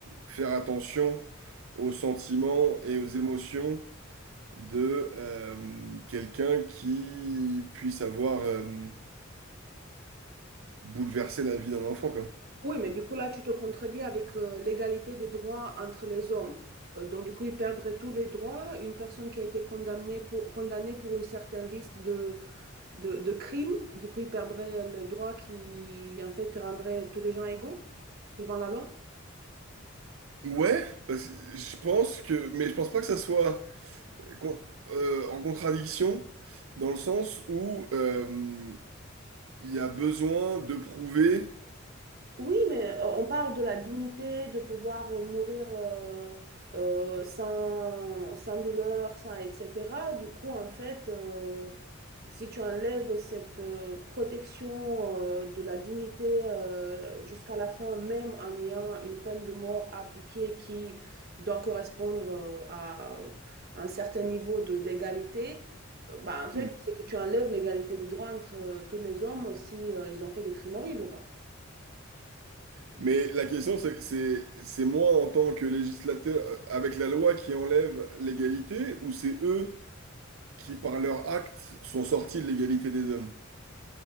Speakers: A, on the right; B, on the right.
A: faire attention aux sentiments et aux émotions de euh, quelqu'un qui puisse avoir euh, bouleversé la vie d'un enfant, quoi.
B: Oui, mais du coup, là, tu te contredis avec euh, l'égalité des droits entre les hommes. Euh, donc, du coup, ils perdraient tous les droits. Une personne qui a été condamnée pour, condamnée pour une certaine liste de de, de crime. Du coup, ils perdraient le droit qui, en fait, rendrait tous les gens égaux devant la loi.
A: Ouais, parce que je pense que, mais je pense pas que ça soit con- euh, en contradiction dans le sens où euh, il y a besoin de prouver,
B: Oui, mais euh, on parle de la dignité, de pouvoir euh, mourir euh, euh, sans, sans douleur, sans, etc. Du coup, en fait, euh, Si tu enlèves cette euh, protection euh, de la dignité euh, jusqu'à la fin, même en ayant une peine de mort à appliquer qui doit correspondre euh, à un certain niveau de légalité, euh, bah, en fait,
A: Mm.
B: c'est que tu enlèves l'égalité des droits entre euh, tous les hommes si euh, ils ont fait des crimes horribles, quoi.
A: mais la question c'est c'est c'est moi en tant que législateur euh, avec la loi qui enlève l'égalité ou c'est eux qui par leur acte sont sortis de l'égalité des hommes?